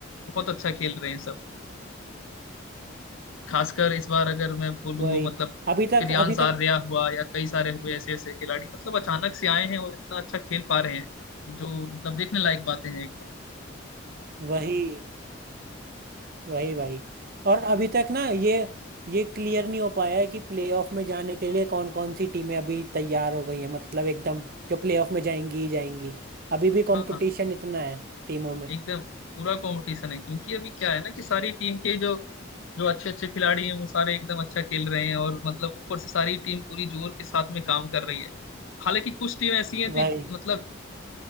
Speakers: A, on the left; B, on the right.
A: बहुत अच्छा खेल रहे हैं सब खासकर इस बार अगर मैं बोलूँ
B: वही
A: मतलब
B: अभी तक
A: प्रियांश
B: अभी
A: आर्या
B: तक
A: हुआ या कई सारे हुए ऐसे ऐसे खिलाड़ी मतलब अचानक से आए हैं और इतना अच्छा खेल पा रहे हैं जो मतलब देखने लायक बातें हैं एकदम
B: वही वही भाई और अभी तक ना ये ये क्लियर नहीं हो पाया है कि प्लेऑफ में जाने के लिए कौन कौन सी टीमें अभी तैयार हो गई है मतलब एकदम जो प्लेऑफ में जाएंगी ही जाएंगी अभी भी
A: हाँ
B: कंपटीशन
A: हाँ
B: इतना है टीमों में
A: एकदम पूरा कंपटीशन है क्योंकि अभी क्या है ना कि सारी टीम के जो जो अच्छे अच्छे खिलाड़ी हैं वो सारे एकदम अच्छा खेल रहे हैं और मतलब ऊपर से सारी टीम पूरी जोर के साथ में काम कर रही है हालांकि कुछ टीम ऐसी हैं जो
B: भाई
A: मतलब